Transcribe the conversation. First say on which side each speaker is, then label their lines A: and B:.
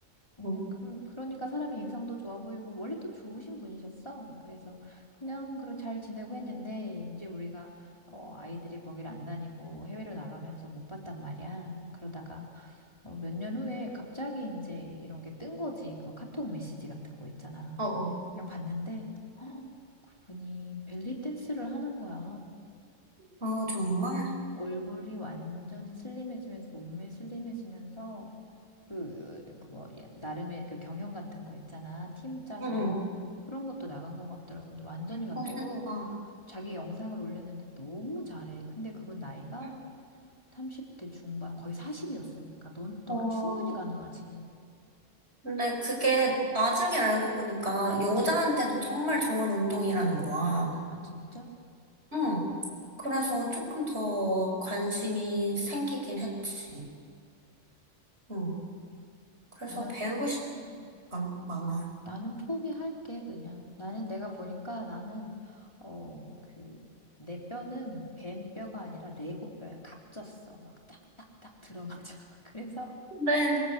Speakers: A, on the left; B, on the right.
A: 음,
B: 응,
A: 그러, 그러니까 사람의 인상도 좋아 보이고 원래 또 좋으신 분이셨어. 그래서 그냥 그런 잘 지내고 했는데 이제 우리가 어, 아이들이 거기를 안 다니고 해외로 나가면서 못 봤단 말이야. 그러다가 어, 몇 년 후에 갑자기 이제 이런 게 뜬 거지. 그 카톡 메시지 같은 거 있잖아.
B: 어, 어,
A: 그냥 봤는데, 헉, 그분이 벨리 댄스를 하는 거야.
B: 아, 정말?
A: 얼굴이 완전 슬림해지면서 몸매 슬림해지면서 그 그 뭐 나름의 이렇게 경영 같은 거 있잖아 팀 짜서
B: 응, 응.
A: 그런 것도 나간 것 같더라고 근데 완전히 바뀌고
B: 멋있다.
A: 자기 영상을 올렸는데 너무 잘해 근데 그분 나이가
B: 응.
A: 30대 중반 거의 40이었으니까 넌 넌
B: 어,
A: 충분히 가능하지
B: 근데 그게 나중에 알고 보니까 여자한테도
A: 음
B: 정말 좋은 운동이라는 거야.
A: 아 진짜
B: 응. 그래서 조금 더 관심이 생기긴 했지. 응. 그래서
A: 나는
B: 배우고 싶은 게 많- 많아.
A: 나는 포기할게, 그냥. 나는 내가 보니까 나는, 어, 그, 내 뼈는 뱀뼈가 아니라 레고뼈야. 각졌어. 막 딱딱딱 들어맞아. <laughs> 그래서,
B: 네.